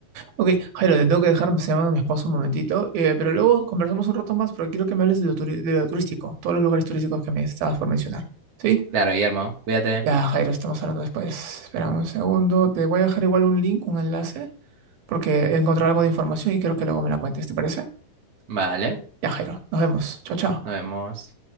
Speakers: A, on the right (about 70°); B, on the right (about 45°).
A: Ok, Jairo, te tengo que dejar, me está llamando mi esposo un momentito, eh, pero luego conversamos un rato más porque quiero que me hables de lo, turi- de lo turístico, todos los lugares turísticos que me estabas por mencionar. ¿Sí?
B: Claro, Guillermo, cuídate.
A: Ya, Jairo, estamos hablando después. Espera un segundo, te voy a dejar igual un link, un enlace, porque he encontrado algo de información y quiero que luego me la cuentes, ¿te parece?
B: Vale,
A: Ya, Jairo, nos vemos. Chao, chao.
B: nos vemos.